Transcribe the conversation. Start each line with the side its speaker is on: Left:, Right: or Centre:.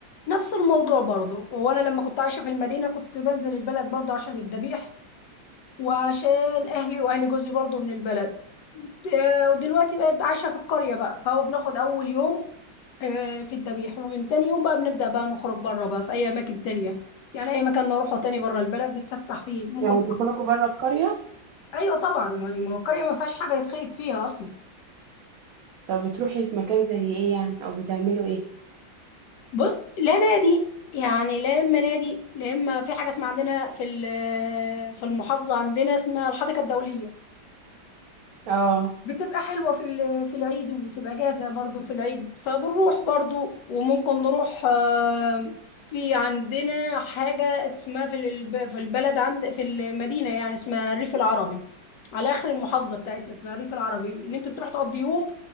Left: نفس الموضوع برضو وانا لما كنت عايشه في المدينه كنت بنزل البلد برضو عشان الذبيح وعشان اهلي واهل جوزي برضو من البلد آه، ودلوقتي بقيت عايشه في القريه بقى فهو بناخد اول يوم آه، في الذبيح ومن تاني يوم بقى بنبدا بقى نخرج بره بقى في اي اماكن تانية يعني اي مكان نروحه تاني بره البلد نتفسح فيه ممكن
Right: يعني بتخرجوا بره القريه
Left: ايوه طبعا ما ما هو القريه ما فيهاش حاجه يتخرج فيها اصلا
Right: طب بتروحي في مكان زي ايه يعني او بتعملوا ايه
Left: بص لا نادي يعني لا اما نادي لا اما في حاجه اسمها عندنا في ال- في المحافظه عندنا اسمها الحديقه الدوليه
Right: اه
Left: بتبقى حلوة في ال- في العيد وبتبقى جاهزة برضو في العيد فبنروح برضو وممكن نروح آه، في عندنا حاجة اسمها في الب- في البلد عند في المدينة يعني اسمها الريف العربي على آخر المحافظة بتاعتنا اسمها الريف العربي اللي انت بتروح تقضي يوم